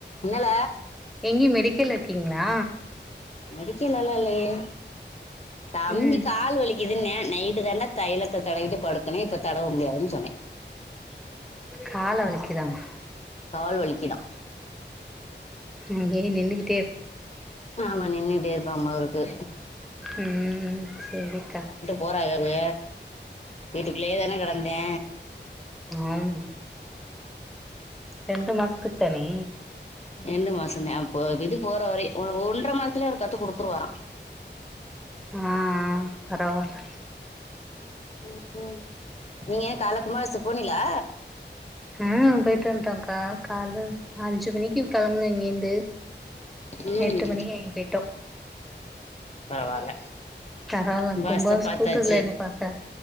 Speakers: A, on the left; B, in the centre.
A: என்னள
B: எங்கயு மெடிக்கல்ல இருக்கீங்களா
A: மெடிக்கலலா இல்லயே தம்பி
B: ம்
A: கால் வலிக்குதுனீயா நை இது தான்டா தைலத்த தடவிட்டு படுக்கணு இப்ப தடவ முடியாதுனு சொன்னே
B: கால வலிக்குதாமா
A: கால் வலிக்குதா
B: அங்கயே நின்னுக்கிட்
A: ஆமா நின்னுட்டே இருப்பா போலர்க்கு
B: ம் சேரிக்கா
A: போறாகல்ல வீட்டுக்குள்ளேயே தான கெடந்தே
B: ஆம் ரெண்டு மாசுக்கு தானே
A: ரெண்டு மாசே தே அப்போ இது போற வரை ஒ ஒன்ற மாசத்துலயே அவரு கத்து குடுத்துருவாரா
B: ஆ பரவால்ல
A: ம் ம் நீங்க ஏ கால கும்மாபிசதுக்கு போனிங்லா
B: ஆ போயிட்டு வந்ட்டோ கா கால்ல அஞ்சு மணிக்கு கெளம்புனோ இங்கேந்து
A: ம்
B: எட்டு மணிக்கு அங்கே பேயிட்டோ
A: பரவால்ல
B: தரவா
A: கும்பாபிஷேகத்த
B: கும்பாஸ்கூட்டடுதுல
A: பார்த்தாச்சு
B: நின்னு பாத்த